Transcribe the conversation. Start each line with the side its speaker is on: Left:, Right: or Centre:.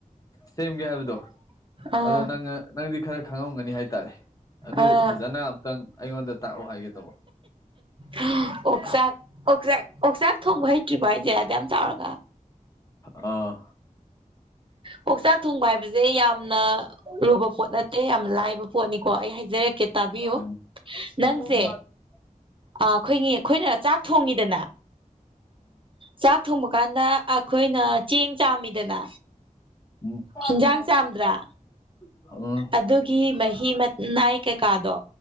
Left: ꯁꯦꯝꯒꯦ ꯍꯥꯏꯕꯗꯣ
Right: ꯑꯥ
Left: ꯑꯗꯣ ꯅꯪꯅ ꯅꯪꯗꯤ ꯈꯔ ꯈꯪꯉꯝꯒꯅꯤ ꯍꯥꯏꯇꯥꯔꯦ ꯑꯗꯨ
Right: ꯑꯥ
Left: ꯐꯖꯅ ꯑꯃꯨꯛꯇꯪ ꯑꯩꯉꯣꯟꯗ ꯇꯥꯛꯎ ꯍꯥꯏꯒꯦ ꯇꯧꯕ
Right: ꯍꯥ ꯑꯣꯥꯛꯆꯥꯛ ꯑꯣꯛꯆꯥꯛ ꯑꯣꯛꯆꯥꯛ ꯊꯣꯡꯕ ꯍꯩꯇ꯭ꯔꯤꯕꫭ ꯍꯥꯏꯁꯦꯗ ꯑꯗꯨꯛ ꯌꯥꯝ ꯆꯥꯎꯔꯒ
Left: ꯑꯥ
Right: ꯑꯣꯛꯆꯥꯛ ꯊꯣꯡꯕ ꯍꯥꯏꯕꯁꯦ ꯌꯥꯝꯅ ꯂꯨꯕ ꯄꯣꯠ ꯅꯠꯇꯦ ꯌꯥꯝꯅ ꯂꯥꯏꯕ ꯄꯣꯠꯅꯤꯀꯣ ꯑꯩ ꯍꯥꯏꯖꯔꯛꯀꯦ ꯇꯥꯕꯤꯌꯨ
Left: ꯎꯝ
Right: ꯅꯪꯁꯦ
Left: ꯎꯝ
Right: ꯑ ꯑꯩꯈꯣꯏꯒꯤ ꯑꯩꯈꯣꯏꯅ ꯆꯥꯛ ꯊꯣꯡꯉꯤꯗꯅ ꯆꯥꯛ ꯊꯣꯡꯕ ꯀꯥꯟꯗ ꯑꯩꯈꯣꯏꯅ ꯆꯦꯡ ꯆꯥꯝꯃꯤꯗꯅ
Left: <unintelligible>
Right: ꯍꯤꯟꯖꯥꯡ ꯆꯥꯝꯗ꯭ꯔꯥ
Left: ꯎꯝ
Right: ꯑꯗꯨꯒꯤ ꯃꯍꯤ ꯃꯅꯥꯏ ꯀꯩꯀꯥꯗꯣ